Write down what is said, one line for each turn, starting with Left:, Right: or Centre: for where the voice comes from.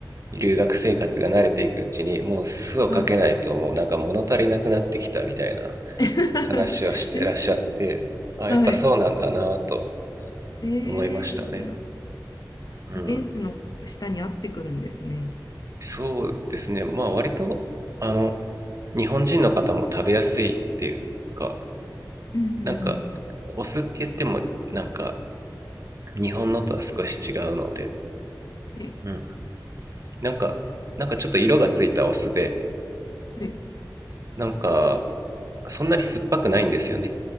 Right: う、留学生活が慣れていくうちに、もう酢をかけないと、
Left: はい。
Right: もうなんか物足りなくなってきたみたいな
Left: <laughs>
Right: 話をしてらっしゃってあやっぱそうなんだなと
Left: ええ、はい。ええ、
Right: 思いましたね。
Left: じゃあ。
Right: うん、
Left: 現地の下に合ってくるんですね。
Right: そうですねまあ割とあの日本人の方も食べやすいっていうか
Left: うんうん
Right: なんかお酢って言ってもなんか日本のとは少し違うので、
Left: はい
Right: うん、なんかなんかちょっと色がついたお酢で
Left: はい。
Right: なんかそんなに酸っぱくないんですよね。